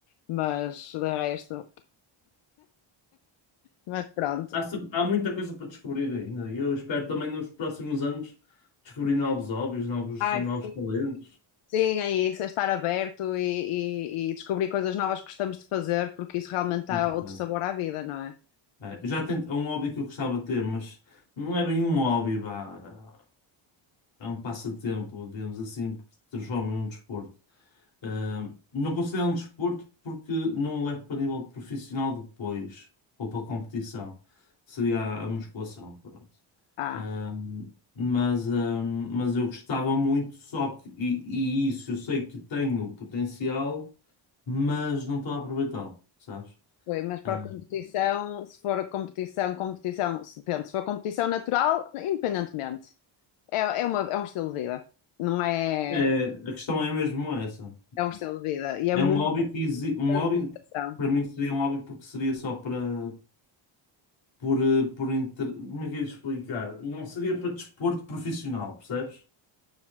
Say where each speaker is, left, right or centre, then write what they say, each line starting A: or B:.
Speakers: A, on the left; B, on the left.
A: Mas, de resto, mas pronto.
B: Há, se- há muita coisa para descobrir ainda. E eu espero também nos próximos anos descobrir novos hobbies, novos,
A: Ai,
B: novos
A: sim.
B: talentos.
A: Sim, é isso, é estar aberto e, e- e descobrir coisas novas que gostamos de fazer, porque isso realmente dá
B: Muito
A: outro sabor à vida, não é?
B: Eh, já tento, é um hobby que eu gostava de ter, mas não é bem um hobby, vá. é um passatempo, digamos assim, porque se transforma num desporto. Ah, não considero um desporto porque não o levo para nível profissional depois, ou para competição. Seria a a musculação, pronto.
A: Ah,
B: Ah, mas, ah, mas eu gostava muito, só que, e, e isso eu sei que tenho potencial, mas não estou a aproveitá-lo, sabes?
A: foi, mas para
B: Ah,
A: a competição, se for a competição, competição, se- depende, se for competição natural, independentemente, é, é, uma, é um estilo de vida, não é?
B: é, a questão é mesmo essa.
A: É um estilo de vida e é
B: É
A: muita
B: um hobby que exi... um hobby
A: dedicação.
B: para mim seria um hobby porque seria só para por eh, por inter... como é que eu ia explicar? Não seria para desporto profissional, percebes?